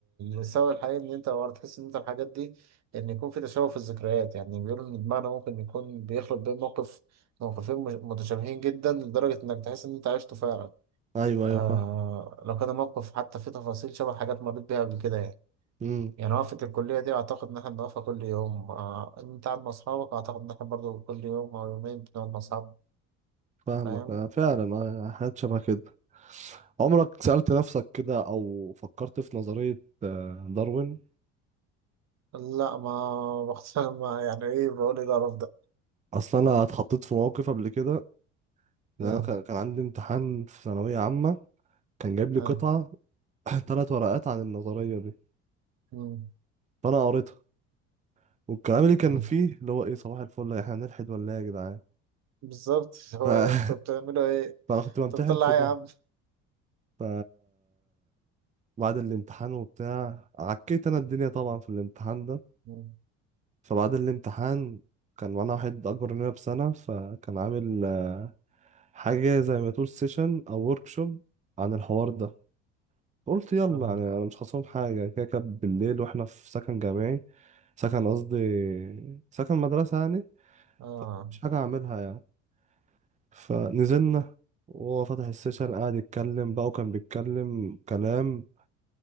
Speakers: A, on the right (about 50°); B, on the right (about 20°).
A: السبب الحقيقي ان انت ورا تحس ان انت الحاجات دي ان يكون في تشابه في الذكريات يعني بيقولوا ان دماغنا ممكن يكون بيخلط بين موقف موقفين مش- متشابهين جدا لدرجه انك تحس ان انت عشته فعلا
B: أيوه
A: آه
B: أيوه
A: لو كان الموقف حتى فيه تفاصيل شبه حاجات مريت بيها قبل كده يعني
B: فاهم
A: يعني وقفة الكلية دي أعتقد إن إحنا بنقفها كل يوم آه، أنت قاعد مع أصحابك أعتقد إن إحنا برضه كل يوم أو يومين بنقعد مع أصحابنا
B: فاهمك
A: فاهم؟
B: آه، فعلا آه، حاجات شبه كده عمرك سألت نفسك كده أو فكرت في نظرية آه، داروين
A: لا ما بختار <laughs> ما يعني إيه بقول إيه القرف ده
B: أصل أنا اتحطيت في موقف قبل كده
A: آه،
B: إن أنا كان كان عندي امتحان في ثانوية عامة كان جايب لي
A: آه،
B: قطعة <laughs> <clears throat> ثلاث ورقات عن النظرية دي
A: مم،
B: فأنا قريتها والكلام اللي كان
A: مم.
B: فيه اللي هو إيه صباح الفل إحنا هنلحد ولا إيه يا جدعان
A: بالظبط <laughs> هو
B: ف...
A: أنتوا
B: <laughs>
A: بتعملوا إيه؟
B: فأنا كنت بمتحن
A: أنتوا بتطلع
B: في
A: إيه
B: ده
A: يا عم؟
B: ف بعد الامتحان وبتاع عكيت أنا الدنيا طبعا في الامتحان ده
A: مم،
B: فبعد الامتحان كان معانا واحد أكبر مننا بسنة فكان عامل آه، حاجة زي ما تقول سيشن أو شوب عن الحوار ده
A: مم،
B: قلت يلا
A: آه،
B: يعني أنا مش خاصهم حاجة كده كده بالليل وإحنا في سكن جامعي سكن قصدي سكن مدرسة يعني
A: آه،
B: مش حاجة أعملها يعني فنزلنا وهو فتح السيشن قاعد يتكلم بقى وكان بيتكلم كلام